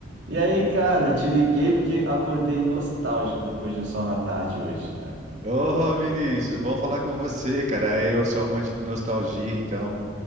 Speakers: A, on the right (about 65°); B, on the right (about 40°).
A: E aí, cara, te liguei porque acordei nostálgico depois de um sol na tarde hoje, cara.
B: Ô, Vinícius, bom falar com você, cara. É, Eu sou amante de nostalgia, então